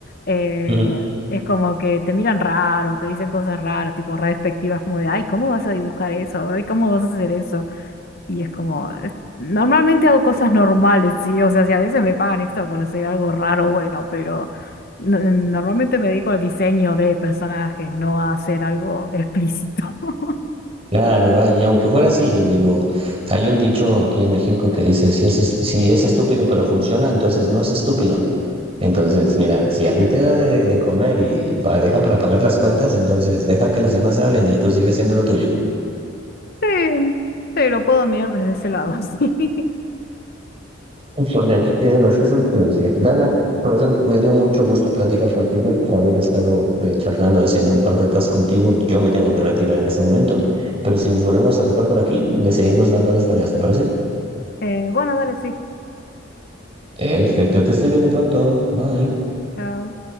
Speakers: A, on the left; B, on the right.
A: eh,
B: Ujú.
A: es como que te miran raro, te dicen cosas raras, tipo re despectivas, como de, ay, ¿cómo vas a dibujar eso? Ay, ¿cómo vas a hacer eso? Y es como, es- normalmente hago cosas normales, sí, o sea, si a veces me pagan extra por hacer algo raro, bueno, pero no- normalmente me dedico al diseño de personajes, no a hacer algo explícito. <laughs>
B: Claro, ah, y aunque fuera así, eh, digo, hay un dicho aquí en México que dice, si es, es- si es estúpido pero funciona, entonces no es estúpido. Entonces, mira, si a ti te da de, de comer y pa- deja para pagar las cuentas, entonces deja que los demás hablen y tú sigues haciendo lo tuyo.
A: Sí, sí, lo puedo mirar desde ese lado, sí. <laughs>
B: Con esto tienes más que suficiente. Dana, por eso me dio mucho gusto platicar contigo, haber estado eh, charlando, haciendo un par de tasks contigo. Yo me tengo que retirar en este momento, pero si nos volvemos a topar por aquí, le seguimos dando a las tareas, ¿te parece?
A: Eh, bueno, dale, sí.
B: Perfecto, te estoy viendo pronto. Bye.
A: Chao.